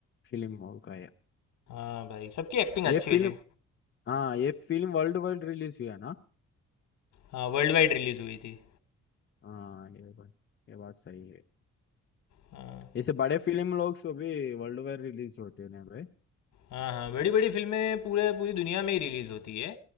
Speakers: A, on the left; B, on the left.
A: फिल्म होगा ये
B: हाँ भाई सबकी एक्टिंग अच्छी
A: ये फिल्म
B: थी
A: हाँ ये फिल्म वर्ल्ड वाइड रिलीज हुआ ना
B: हाँ वर्ल्ड वाइड रिलीज़ हुई थी
A: हाँ ये भाई ये बात सही है
B: हाँ
A: ऐसे बड़े फिल्म लोग सभी वर्ल्ड वाइड रिलीज होते हैं भाई
B: हाँ हाँ बड़ी बड़ी फिल्में पूरे पूरी दुनिया में ही रिलीज़ होती है